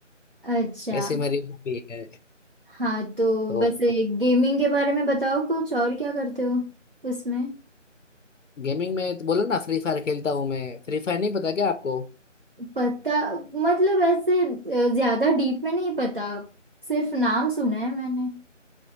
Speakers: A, on the right; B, on the left.
A: अच्छा
B: ऐसी मेरी हॉबी है
A: हाँ तो
B: तो
A: वैसे गेमिंग के बारे में बताओ कुछ और क्या करते हो उसमें
B: गेमिंग में तो बोला ना फ्री फायर खेलता हूँ मैं फ्री फायर नहीं पता क्या आपको
A: पता मतलब ऐसे अ, ज्यादा डीप में नहीं पता सिर्फ नाम सुना है मैंने